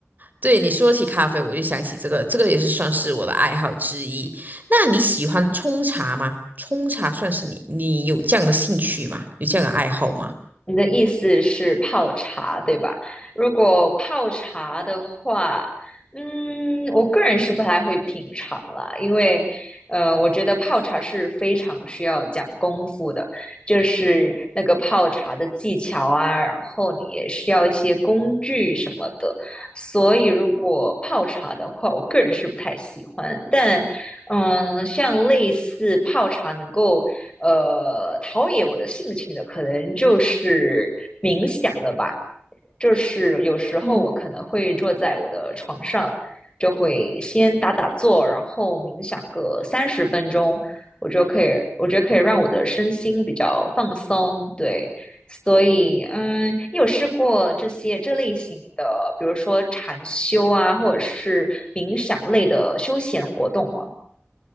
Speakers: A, on the right; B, on the left.
A: 对你说起咖啡，我就想起这个，这个也是算是我的爱好之一。那你喜欢冲茶吗？冲茶算是你，你有这样的兴趣吗？有这样的爱好吗？
B: 你的意思是泡茶，对吧？如果泡茶的话，嗯，我个人是不太会品尝啦，因为，呃，我觉得泡茶是非常需要讲功夫的，就是那个泡茶的技巧啊，然后你也需要一些工具什么的，所以如果泡茶的话，我个人是不太喜欢，但。嗯，像类似泡茶能够呃陶冶我的性情的，可能就是冥想了吧。就是有时候我可能会坐在我的床上，
A: 嗯。
B: 就会先打打坐，然后冥想个三十分钟，我就可以，我觉得可以让我的身心比较放松。对，所以嗯，你有试过这些这类型的，比如说禅修啊，或者是冥想类的休闲活动吗？